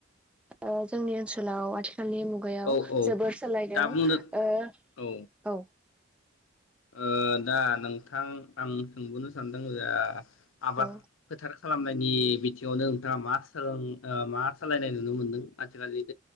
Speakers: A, in the centre; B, on the left.
A: ओ जोंनि ओनसोलाव आथि खालनि मुगायाव
B: औ औ
A: जोबोर सोलायदों।
B: दा बुंनो
A: ओ
B: औ
A: औ
B: ओ दा नोंथां आं सोंबावनो सानदों जा आबाद
A: औ
B: फोथार खालामनायनि बिथिं <unintelligible> नोंथाङा मा सोलों मा सालायनाय नुनो मोनदों आथिखालिनि।